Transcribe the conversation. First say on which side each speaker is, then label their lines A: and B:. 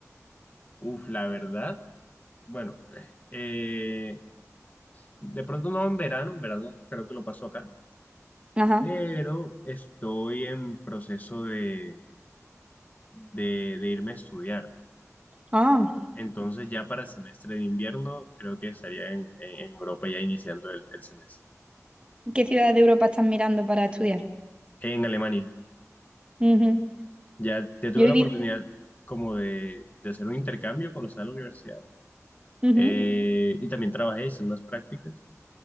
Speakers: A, on the left; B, on the right.
A: Uf, la verdad. Bueno, eh, de pronto no en verano, en verano creo que lo paso acá,
B: Ajá.
A: pero estoy en proceso de, de, de irme a estudiar.
B: ah
A: Entonces ya para el semestre de invierno creo que estaría en, en- en Europa ya iniciando el, el semestre.
B: ¿Qué ciudad de Europa estás mirando para estudiar?
A: En Alemania.
B: Ujú.
A: Ya, ya tuve
B: Yo he
A: la
B: vivido,
A: oportunidad como de, de hacer un intercambio cuando estaba en la universidad.
B: Ujú.
A: Eh, y también trabajé, hice unas prácticas.